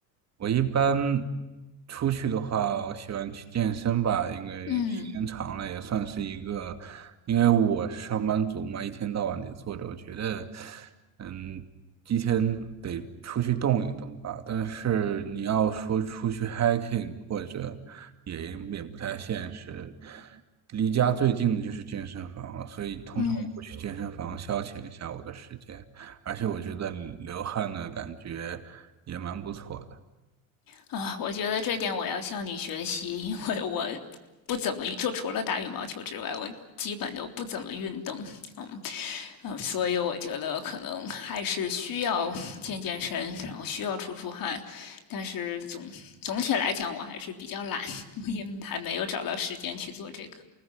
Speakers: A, on the right (about 40°); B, on the left (about 55°).
A: 我一般出去的话，我喜欢去健身吧，因为时间长了也算是一个，
B: 嗯
A: 因为我是上班族嘛，一天到晚得坐着，我觉得，嗯，一天得出去动一动吧。但是你要说出去 hiking 或者也也不太现实，离家最近的就是健身房了，所以通常我会去健身房消遣一下我的时间，
B: 嗯
A: 而且我觉得流汗的感觉也蛮不错的。
B: 啊，我觉得这点我要向你学习，因为我不怎么运，就除了打羽毛球之外，我基本都不怎么运动。嗯嗯，所以我觉得可能还是需要健健身，然后需要出出汗。但是总总体来讲，我还是比较懒，<laughs> 我也还没有找到时间去做这个。